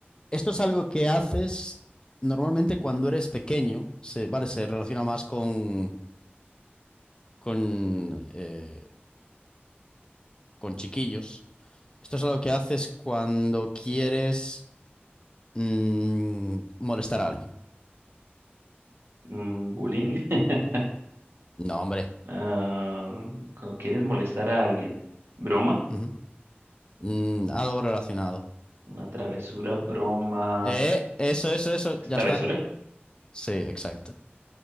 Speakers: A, on the left (about 20°); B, on the right (about 70°).
A: esto es algo que haces normalmente cuando eres pequeño. Se, vale, se relaciona más con, con, eh, con chiquillos. Esto es algo que haces cuando quieres mm, molestar a alguien.
B: Mm, bullying. <laughs>
A: No, hombre.
B: Ah, cuando quieres molestar a alguien. Broma.
A: Ujú. Mm, algo relacionado.
B: Una travesura, broma.
A: Eh, eso, eso, eso.
B: ¿Es
A: Ya
B: travesura?
A: está. Sí, exacto.